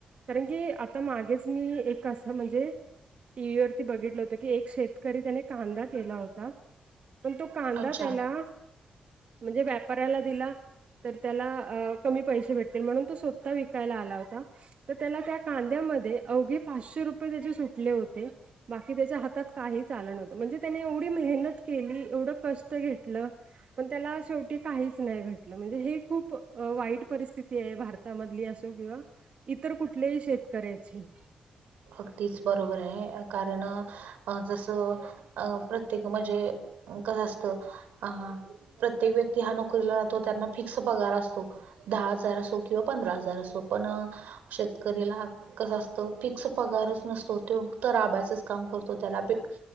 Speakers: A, on the right; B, on the right.
A: कारण की, आता मागेच मी एक असं म्हणजेऽ टी व्ही वरती बघितलं होतं की एक शेतकरी त्याने कांदा केला होता पण तो कांदा
B: अच्छा
A: त्याला म्हणजे व्यापाऱ्याला दिला. तर त्याला कमी पैसे भेटतील म्हणून तो स्वतः विकायला आला होता. तर त्याला त्या कांद्यामध्ये अवघे पाचशे रुपये त्याचे सुटले होते. बाकी त्याच्या हातात काही चालं नव्हत. म्हणजे त्याने एवढी मेहनत केली एवढं कष्ट घेतलं. पण त्याला शेवटी काहीच नाही भेटलं म्हणजे हे खूप वाईट परिस्थिती आहे भारत. मधली असो किंवा इतर कुठल्याही शेतकऱ्याची.
B: अगदीच बरोबर आहे कारण जस. अ प्रत्येक म्हणजे कसं असतं अ प्रत्येक व्यक्ती हा नोकरीला जातो त्यांना फिक्स पगार असतो दहा हजार असो किंवा पंधरा हजार असो पण शेतकरीला कसंत फिक्स. पगारच नसतो तो तर आबा्याचच काम करतो त्याला ब